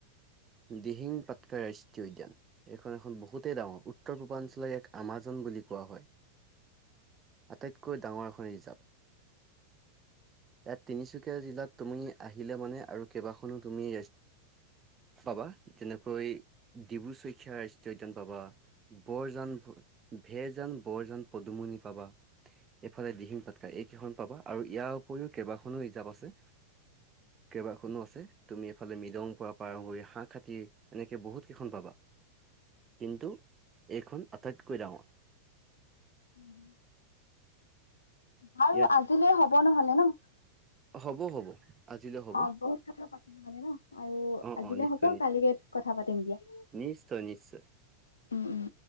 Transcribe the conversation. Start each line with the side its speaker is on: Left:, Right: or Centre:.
Right: দিহিং পাটকাই ৰাষ্ট্ৰীয় উদ্যান। এইখন এখন বহুতেই ডাঙৰ উত্তৰ পূৰ্বাঞ্চলক এক আমাজন বুলি কোৱা হয়। আটাইতকৈ ডাঙৰ এখন ৰিজাৰ্ভ ইয়াত তিনিচুকীয়া জিলাত তুমি আহিলে মানে আৰু কেইবাখনো তুমি পাবা যেনেকৈ ডিব্ৰু ছৈখোৱা ৰাষ্ট্ৰীয় উদ্যান পাবা। বৰজান ভেৰজান যে বৰজন পদুমণি পাবা। এইফালে দিহিং পাটকা এইকেইখন পাবা আৰু ইয়াৰ উপৰিও কেইবাখনো হিজাপ আছে। কেইবাখনো আছে তুমি এফালে মৃদং পৰা <unintelligible> হাঁহ খাতি এনেকে বহুত কেইখন পাবা কিন্তু। এইখন আটাইতকৈ ডাঙৰ।
Left: উম। বাৰু
Right: ইয়াত
Left: আজিলৈ হব নহলে ন।
Right: হ'ব হ'ব। আজিলৈ হ'ব
Left: অ' বহুত কথা পাতিলো মানে ন আৰু
Right: অ
Left: আজিলৈ
Right: অ নিশ্চয়
Left: হব কালিকে কথা পাতিম দিয়া।
Right: নিশ্চয় নিশ্চয় নিশ্চয়।
Left: উম উম।